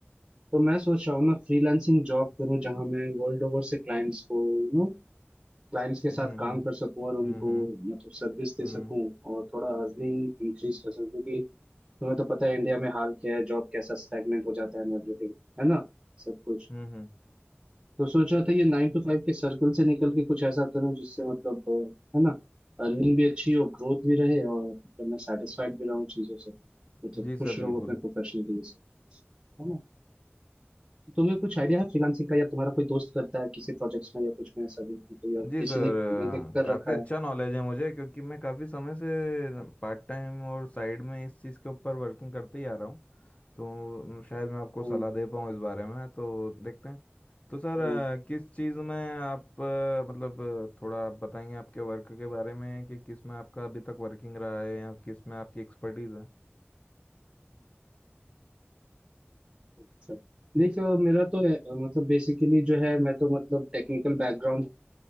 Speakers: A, on the right; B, on the left.
A: तो मैं सोच रहा हूँ ना फ्रीलांसिंग जॉब करूँ जहाँ मैं वर्ल्ड ओवर से क्लाइंट्स को यू नो क्लाइंट्स के
B: हम्म
A: साथ काम
B: हम्म
A: कर सकूँ और उनको
B: हम्म हम्म
A: मतलब सर्विस दे
B: हम्म
A: सकूँ और थोड़ा अर्निंग इंक्रीज कर सकूँ क्योंकि तुम्हें तो पता है इंडिया में हाल क्या है जॉब कैसा स्टैग्नेंट हो जाता है एवरीथिंग है ना सब कुछ
B: हम्म, हम्म।
A: तो सोच रहा था ये नाइन टू फाइव के सर्कल से निकल के कुछ ऐसा करूं जिससे मतलब अ, है ना अर्निंग भी अच्छी हो ग्रोथ भी रहे और मतलब मैं सेटिस्फाइड भी रहूं चीजों से मतलब
B: जी
A: खुश
B: सर
A: रहूं
B: बिल्कुल
A: अपने प्रोफेशनली से है ना तो तुम्हें कुछ आइडिया है फ्रीलांसिंग का या तुम्हारा कोई दोस्त करता है किसी प्रोजेक्ट्स में या कुछ में ऐसा भी मतलब या
B: जी
A: किसी
B: सर
A: ने मैंने कर
B: काफ़ी
A: रखा
B: अच्छा
A: है
B: नॉलेज है मुझे क्योंकि मैं काफ़ी समय से पार्ट टाइम और साइड में इस चीज़ के ऊपर वर्किंग करते ही आ रहा हूँ तो शायद मैं आपको
A: हम्म,
B: सलाह दे पाऊँ इस बारे में तो देखते हैं तो सर
A: हम्म,
B: अ, किस चीज़ में आप अ, मतलब अ, थोड़ा आप बताएंगे आपके वर्क के बारे में कि किस में आपका अभी तक वर्किंग रहा है या किस में आपकी एक्सपर्टीज़ है
A: अच्छा। देखो मेरा तो अ, मतलब बेसिकली जो है मैं तो मतलब टेक्निकल बैकग्राउंड